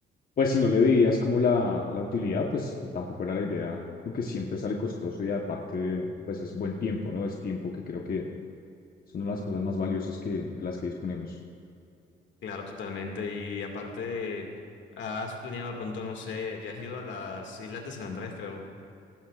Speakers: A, on the left; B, on the left.
A: pues si no le veías como la, la utilidad, pues tampoco era la idea, porque siempre sale costoso y aparte, pues es buen tiempo, ¿no? Es tiempo que creo que son una de las cosas más valiosas que, de las que disponemos.
B: Claro, totalmente. Y aparte, has planeado de pronto, no sé, ya has ido a las Islas de San Andrés, creo.